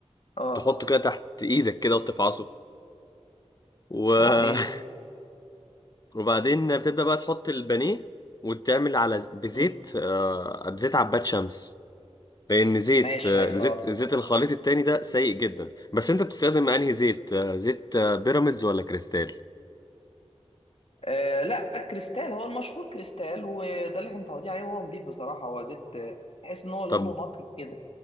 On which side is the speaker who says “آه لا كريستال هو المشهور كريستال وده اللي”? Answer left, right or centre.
Left